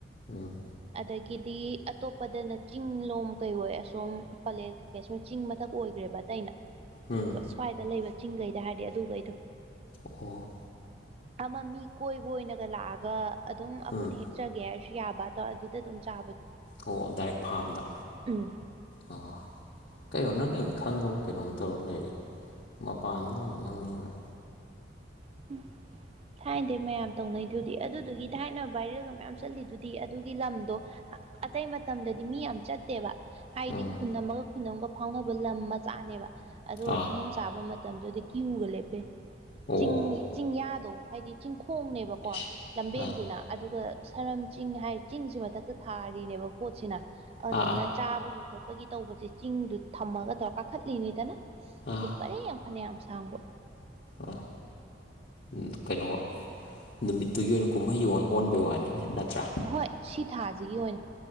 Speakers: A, on the left; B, on the right.
A: ꯎꯝ
B: ꯑꯗꯒꯤꯗꯤ ꯑꯇꯣꯞꯄꯗꯅ ꯆꯤꯡ ꯂꯣꯝ ꯀꯩ ꯑꯣꯏ ꯑꯁꯣꯝ ꯄꯂꯦꯛ ꯆꯤꯡ ꯃꯊꯛ ꯑꯣꯏꯈ꯭ꯔꯦꯕ ꯑꯇꯩꯩꯅ
A: ꯎꯝ
B: ꯑꯗꯨꯒ ꯁ꯭ꯋꯥꯏꯗ ꯂꯩꯕ ꯆꯤꯡꯈꯩꯗ ꯍꯥꯏꯔꯗꯤ ꯑꯗꯨꯒꯩꯗꯣ
A: ꯑꯣ ꯑꯣ
B: ꯑꯃ ꯃꯤ ꯀꯣꯏꯕ ꯑꯣꯏꯅꯒ ꯂꯥꯛꯑꯒ ꯑꯗꯨꯝ ꯑꯩꯈꯣꯏꯅ
A: ꯎꯝ
B: ꯍꯦꯛ ꯆꯠꯆꯒꯦ ꯍꯥꯏꯔꯁꯨ ꯌꯥꯕ ꯑꯗꯣ ꯑꯗꯨꯗ ꯑꯗꯨꯝ ꯆꯥꯕꯗꯣ
A: ꯑꯣ ꯗꯥꯏꯔꯦꯛ ꯐꯥꯝꯗ
B: ꯎꯝ
A: ꯑꯣ ꯀꯩꯅꯣ ꯅꯪꯅ ꯍꯦꯟꯅ ꯈꯪꯉꯕ ꯀꯩꯅꯣꯝ ꯇꯧꯔꯒ ꯂꯩꯔꯦ ꯃꯄꯥꯟꯗ ꯂꯩꯕ ꯅꯪꯅ ꯍꯦꯟꯅ
B: <inaudible> ꯊꯥꯏꯅꯗꯩ ꯃꯌꯥꯝ ꯇꯧꯅꯩꯗꯨꯗꯤ ꯑꯗꯨꯗꯨꯒꯤ ꯊꯥꯏꯅ ꯚꯥꯏꯔꯦꯜꯒ ꯃꯌꯥꯝ ꯆꯠꯂꯤꯗꯨꯗꯤ ꯑꯗꯨꯒꯤ ꯂꯝꯗꯣ ꯑꯇꯩ ꯃꯇꯝꯗꯗꯤ ꯃꯤ ꯌꯥꯝ ꯆꯠꯇꯦꯕ ꯍꯥꯏꯗꯤ
A: ꯎꯝ
B: ꯈꯨꯟ ꯑꯃꯒ ꯈꯨꯟ ꯑꯃꯒ ꯐꯥꯎꯅꯕ ꯂꯝ ꯃꯆꯥꯅꯦꯕ ꯑꯗꯨꯒ
A: ꯑꯥ
B: ꯀꯤꯍꯣꯝ ꯆꯥꯕ ꯃꯇꯝꯗꯨꯗꯤ ꯀ꯭ꯌꯨꯒ ꯂꯦꯞꯄꯦ
A: ꯑꯣ
B: ꯆꯤꯡ ꯆꯤꯡꯌꯥꯗꯣ ꯍꯥꯏꯗꯤ ꯆꯤꯡꯈꯣꯡꯅꯦꯕꯀꯣ
A: ꯏꯁ
B: ꯂꯝꯕꯦꯟꯁꯤꯅ ꯑꯗꯨꯒ ꯁꯔꯝ ꯆꯤꯡ ꯍꯥꯏ ꯆꯤꯡꯁꯤ ꯃꯊꯛꯇ ꯊꯥꯔꯤꯅꯦꯕ ꯄꯣꯠꯁꯤꯅ ꯑꯗꯨꯗꯨꯅ
A: ꯑꯥ ꯑꯥ
B: ꯆꯥꯕꯒꯤ ꯈꯣꯠꯄꯒꯤ ꯇꯧꯕꯁꯤ ꯆꯤꯡꯗꯨ ꯊꯝꯃꯒ ꯇꯧꯔ ꯀꯥꯈꯠꯂꯤꯅꯤꯗꯅ
A: ꯑꯥ
B: ꯑꯗꯨꯏ ꯄꯔꯦꯡ ꯐꯅꯌꯥꯝ ꯁꯥꯡꯕ
A: ꯑꯥ ꯎꯝ ꯀꯩꯅꯣ ꯅꯨꯃꯤꯠꯇꯨꯒꯤ ꯑꯣꯏꯅ ꯀꯨꯝꯍꯩ ꯑꯣꯜ ꯑꯣꯟꯕꯩ ꯋꯥꯅꯤꯅꯦ ꯅꯠꯇ꯭ꯔꯥ
B: ꯍꯣꯏ ꯁꯤ ꯊꯥꯁꯤꯒꯤ ꯑꯣꯏꯅ